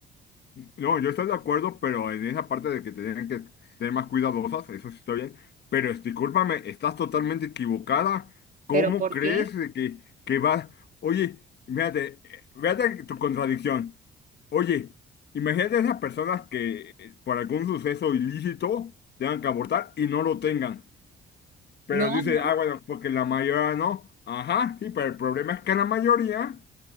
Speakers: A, on the left; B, on the right.
A: No, yo estoy de acuerdo, pero en esa parte de que tienen que ser más cuidadosas, eso sí está bien. Pero es- discúlpame, estás totalmente equivocada. ¿Cómo
B: Pero ¿por
A: crees
B: qué?
A: de que, que vas? Oye, fíjate, eh, fíjate tu contradicción. Oye, imagínate esas personas que eh, por algún suceso ilícito tengan que abortar y no lo tengan. Pero
B: No,
A: dice, ah, bueno, porque la mayoría no. Ajá, sí, pero el problema es que la mayoría